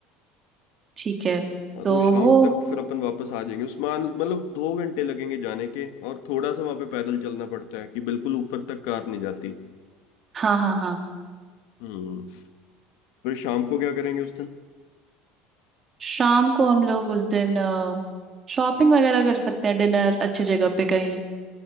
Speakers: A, on the right; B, on the left.
A: ठीक है
B: हाँ
A: तो
B: तो शाम
A: वो
B: तक फिर अपन वापस आ जाएंगे उस्मान मतलब दो घंटे लगेंगे जाने के और थोड़ा सा वहां पे पैदल चलना पड़ता है कि बिल्कुल ऊपर तक कार नहीं जाती
A: हाँ हाँ हाँ
B: हम्म फिर शाम को क्या करेंगे उस दिन
A: शाम को हम लोग उस दिन शॉपिंग वगैरह कर सकते हैं डिनर अच्छी जगह पे कहीं